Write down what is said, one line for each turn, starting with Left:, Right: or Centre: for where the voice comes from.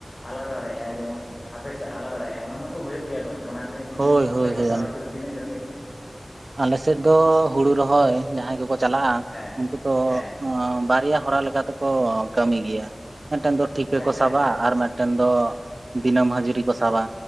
Left: ᱟᱞᱟᱫᱟ ᱫᱟᱲᱮᱭᱟᱜᱼᱟᱭ ᱡᱮᱢᱚᱱ ᱟᱯᱮ ᱥᱮᱫ ᱟᱞᱟᱫᱟ ᱫᱟᱲᱮᱭᱟᱜᱼᱟ ᱚᱱᱟ ᱢᱟᱛᱚ ᱦᱳᱭᱳᱜ ᱜᱮᱭᱟ ᱜᱚᱢᱠᱮ ᱚᱱᱟᱛᱮᱞᱤᱧ ᱞᱟᱹᱭᱫᱟ
Right: ᱦᱳᱭ ᱦᱳᱭ
Left: ᱟᱯᱮ ᱥᱮᱫ
Right: ᱦᱳᱭ
Left: ᱠᱟᱹᱣᱰᱤ ᱫᱚ ᱛᱤᱱᱟᱹᱜ ᱠᱟᱛᱮᱫ?
Right: ᱟᱞᱮ ᱥᱮᱫ ᱫᱚ ᱦᱩᱲᱩ ᱨᱚᱦᱚᱭ ᱡᱟᱦᱟᱸᱭ ᱠᱚᱠᱚ ᱪᱟᱞᱟᱜᱼᱟ
Left: ᱦᱮᱸ
Right: ᱩᱱᱠᱩ ᱫᱚ
Left: ᱦᱮᱸ
Right: ᱚᱸ ᱵᱟᱨᱭᱟ ᱦᱚᱨᱟ ᱞᱮᱠᱟᱛᱮᱠᱚ ᱠᱟᱹᱢᱤ ᱜᱮᱭᱟ ᱢᱮᱫᱴᱮᱱ ᱫᱚ ᱴᱷᱤᱠᱟᱹ
Left: ᱟᱪᱪᱷᱟ
Right: ᱠᱚ ᱥᱟᱵᱟ
Left: ᱟᱪᱪᱷᱟ
Right: ᱟᱨ ᱢᱮᱫ ᱴᱮᱱ ᱫᱚ ᱫᱤᱱᱟᱹᱢ ᱦᱟᱹᱡᱨᱤ ᱠᱚ ᱥᱟᱵᱟ